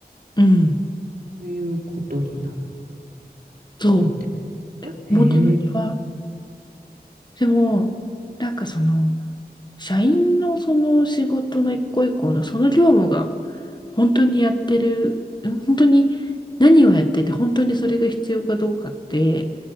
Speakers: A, on the left (about 25°); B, on the right (about 60°).
A: うん、
B: そういうことにな、
A: そう。
B: なってるのへえ、
A: 表向きは。でも、なんかその、社員のその仕事の一個一個のその業務が本当にやってる、ん本当に何をやってて本当にそれが必要かどうかって、